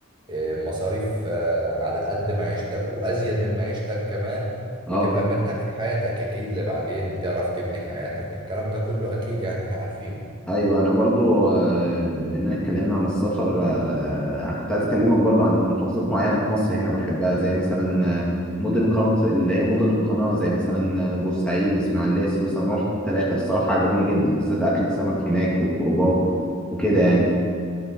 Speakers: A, on the right; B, in the centre.
A: آه، مصاريف آه، على قد معيشتك وأزيد من معيشتك كمان وتبقى
B: اه
A: مرتاح في حياتك أكيد لبعدين تعرف تبني حياتك الكلام ده كله أكيد يعني احنا عارفينه
B: ايوه انا برضو آه، بما اننا اتكلمنا عن السفر آه، انا كنت عايز اكلمك برضو عن محافظات معينه في مصر هنا بحبها زي مثلا آه، مدن قناه اللي هي مدن القناه زي مثلا آه، بورسعيد اسماعيليه سويسرا انا رحت الثلاثه الصراحه عجبوني جدا بالذات اكل السمك هناك والخروجات وكده يعني